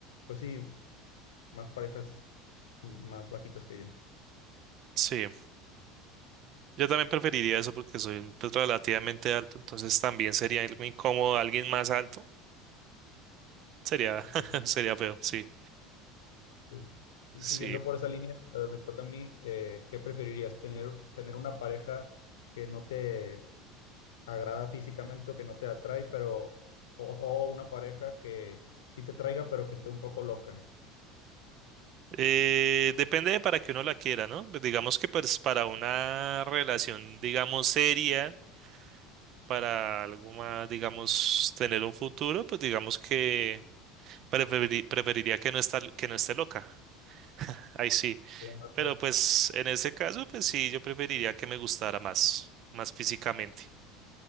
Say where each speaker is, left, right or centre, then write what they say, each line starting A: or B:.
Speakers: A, on the left; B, on the right.
A: pues sí, más parejas m- más bajitas que yo.
B: Sí, yo también preferiría eso porque soy pues, relativamente alto, entonces también sería algo incómodo alguien más alto. Sería,
A: Ok,
B: <laughs> sería feo, sí,
A: sí. Y
B: sí.
A: siguiendo por esa línea, a ver, me toca a mí, eh, ¿qué preferirías? ¿Tener, tener una pareja que no te agrada físicamente o que no te atrae, pero, o, o una pareja que sí te traiga, pero que esté un poco loca?
B: Eh, depende de para que uno la quiera, ¿no? Pues Digamos que pues para una relación, digamos, seria, para algo más, digamos, tener un futuro, pues digamos que preferi- preferiría que no está, que no esté loca. <laughs> Ahí sí.
A: Claro,
B: Pero
A: claro,
B: pues en ese caso, pues sí, yo preferiría que me gustara más, más físicamente.